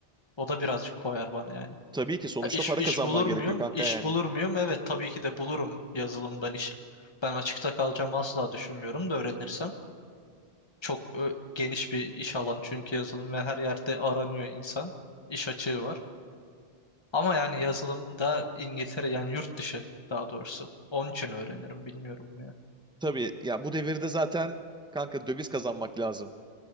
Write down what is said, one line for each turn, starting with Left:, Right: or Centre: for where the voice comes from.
Left: O da birazcık koyar bana yani.
Centre: Tabii ki sonuçta
Left: İş,
Centre: para
Left: iş
Centre: kazanman
Left: bulur
Centre: gerekiyor
Left: muyum?
Centre: kanka
Left: İş
Centre: yani.
Left: bulur muyum? Evet tabii ki de bulurum yazılımdan iş. Ben açıkta kalacağım asla düşünmüyorum da öğrenirsem. Çok ö, geniş bir iş alan çünkü yazılım ve her yerde aranıyor insan. İş açığı var. Ama yani yazılımda İngiltere yani yurt dışı daha doğrusu. Onun için öğrenirim bilmiyorum ya.
Centre: Tabii ya bu devirde zaten kanka döviz kazanmak lazım.